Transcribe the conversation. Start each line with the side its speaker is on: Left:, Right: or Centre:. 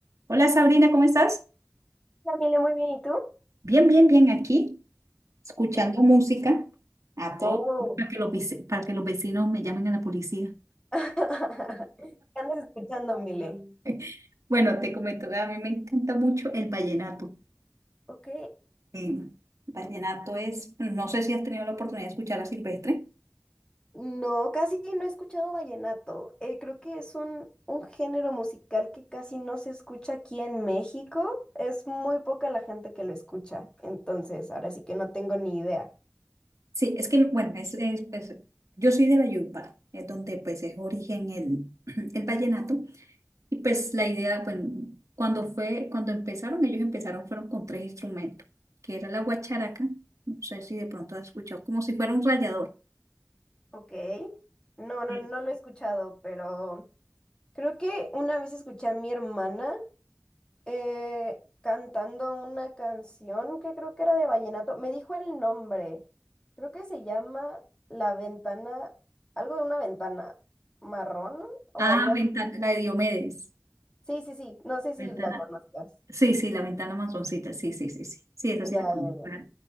Right: Hola Sabrina, ¿cómo estás?
Left: Hola, Mile, muy bien, ¿y tú?
Right: Bien, bien, bien aquí, escuchando
Left: Qué bu-
Right: música a todo
Left: Oh.
Right: Para que los, vici- para que los vecinos me llamen a la policía.
Left: <laughs> ¿Qué andas escuchando, Mile? Mm.
Right: <laughs> Bueno, te comento que a mí me encanta mucho el vallenato.
Left: Ok.
Right: Eh, vallenato es, no sé si has tenido la oportunidad de escuchar a Silvestre.
Left: No, casi no he escuchado vallenato. Eh, creo que es un, un género musical que casi no se escucha aquí en México. Es muy poca la gente que lo escucha. Entonces, ahora sí que no tengo ni idea.
Right: Sí, es que, bueno, es, es, pues, yo soy de Valledupar, es donde pues es origen el, <clears throat> el vallenato. Y pues la idea, bueno, cuando fue, cuando empezaron, ellos empezaron, fueron con tres instrumentos, que era la guacharaca, no sé si de pronto has escuchado, como si fuera un rallador.
Left: Ok. No, no,
Right: Sí.
Left: no lo he escuchado, pero creo que una vez escuché a mi hermana. eh, cantando una canción que creo que era de vallenato. Me dijo el nombre. Creo que se llama La Ventana, algo de una ventana marrón o
Right: Ah,
Left: algo así.
Right: ventana, la de Diomedes,
Left: Sí, sí, sí. No sé si
Right: ventana,
Left: la conozcas.
Right: sí, sí, la ventana masoncita, sí, sí, sí, sí, sí, esa
Left: Ya,
Right: sí la conozco,
Left: ya, ya.
Right: claro.